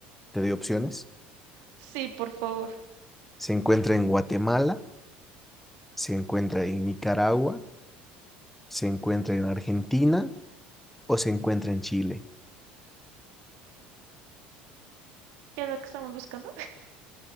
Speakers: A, in the centre; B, on the right.
A: Te doy opciones.
B: Sí, por favor.
A: ¿Se encuentra en Guatemala? ¿Se encuentra en Nicaragua? ¿Se encuentra en Argentina? ¿O se encuentra en Chile?
B: ¿Qué es lo que estamos buscando? <laughs>